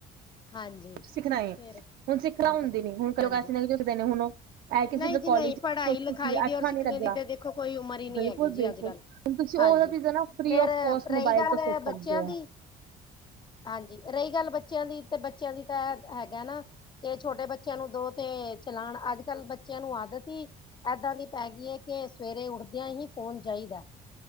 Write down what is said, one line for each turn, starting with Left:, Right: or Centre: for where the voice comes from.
Left: ਹਾਂਜੀ
Right: ਕੁਝ ਸਿੱਖਣਾ ਏ
Left: ਫੇਰ
Right: ਹੁਣ ਸਿੱਖਣਾ
Left: ਤਾਂ
Right: ਹੁੰਦੀ
Left: ਕਰਕੇ
Right: ਨੀ ਹੁਣ ਕਲਕਾਸੀ
Left: ਹਾਂਜੀ
Right: ਝੁਦੇ ਨੇ ਹੁਣ ਉਹ। <unintelligible> ਐ ਕਿਸੇ
Left: ਨਹੀਂ ਜੀ
Right: ਕੋਲੀਜ,
Left: ਨਹੀਂ ਪੜ੍ਹਾਈ
Right: ਕੁ ਸਿੱਖੀ
Left: ਲਿਖਾਈ ਦੀ
Right: ਅੱਛਾ
Left: ਔਰ ਸਿੱਖਣੇ
Right: ਨਹੀਂ ਲੱਗਿਆ,
Left: ਦੀ ਤੇ ਦੇਖੋ ਕੋਈ ਉਮਰ ਹੀ ਨਹੀਂ
Right: ਬਿਲਕੁਲ-
Left: ਹੈਗੀ ਜੀ
Right: ਬਿਲਕੁਲ।
Left: ਅੱਜ ਕੱਲ੍ਹ
Right: ਤੁਸੀ ਓ
Left: ਹਾਂਜੀ
Right: ਵਾਲੀਆਂ ਚੀਜ਼ਾਂ ਨਾ, ਫ੍ਰੀ
Left: ਫੇਰ
Right: ਆਫ਼ ਕੋਸਟ
Left: ਰਹੀ
Right: ਮੋਬਾਇਲ
Left: ਗੱਲ
Right: ਤੋਂ ਸਿੱਖ ਸਕਦੇ
Left: ਬੱਚਿਆਂ
Right: ਓ।
Left: ਦੀ ਹਾਂਜੀ, ਰਹੀ ਗੱਲ ਬੱਚਿਆਂ ਦੀ, ਤੇ ਬੱਚਿਆਂ ਦੀ ਤਾਂ ਹੈਗੈ ਨਾ। ਤੇ ਛੋਟੇ ਬੱਚਿਆਂ ਨੂੰ ਦੋ ਤੇ ਚਲਾਉਣ, ਅੱਜ ਕੱਲ੍ਹ ਬੱਚਿਆਂ ਨੂੰ ਆਦਤ ਹੀ ਏਦਾਂ ਦੀ ਪੈ ਗਈ ਐ ਕੇ, ਸਵੇਰੇ ਉੱਠਦਿਆਂ ਹੀ ਫੋਨ ਚਾਈਦਾ।